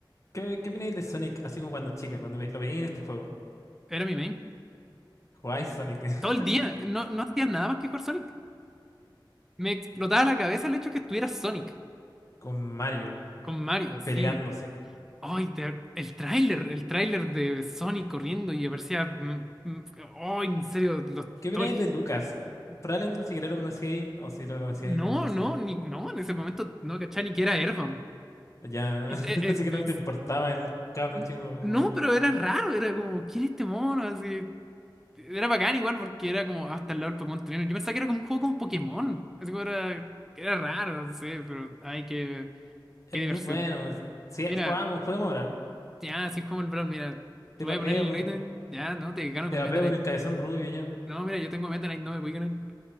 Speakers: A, on the left; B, in the centre.
A: ¿qué, qué opináis de Sonic? Así como cuando chica, cuando ve- lo veía en este juego.
B: Era mi main.
A: Jugáis Sonic
B: Todo el día. No,
A: <laughs>
B: no hacía nada más que jugar Sonic. Me explotaba la cabeza el hecho que estuviera Sonic
A: con Mario
B: con Mario, sí.
A: peleándose.
B: Ay, de- el tráiler, el tráiler de Sonic corriendo y aparecía... mm, mm, Ay, en serio, los-
A: ¿Qué opináis
B: todo el
A: de Lucas? Probablemente ni siquiera lo conocíais o si lo conocíais
B: No,
A: cuando salió.
B: no, ni, no, en ese momento no cachaba ni que era Airbound.
A: Ya,
B: Este,
A: <laughs>
B: eh,
A: así
B: eh,
A: que no te
B: es-
A: importaba el cabro
B: n-
A: chico como
B: no,
A: rubio.
B: pero era raro, era como, ¿quién es este mono? Así, era bacán igual porque era como, hasta el lado del Pokémon Trainer. Yo pensaba que era como un juego con Pokémon. Así como era, era raro, no sé, pero, ay, qué,
A: Es
B: qué diversión.
A: muy bueno. si
B: Mira,
A: jugamos, juguemos ahora.
B: ya, si jugamos el Brawl, mira,
A: Te
B: te
A: papeo
B: voy a poner el
A: con,
B: ítem, ya, no, te gano
A: te
B: con
A: papeo
B: Meta Knight.
A: con el cabezón rubio ya.
B: No, mira, yo tengo Meta Knight, no me voy a ganar.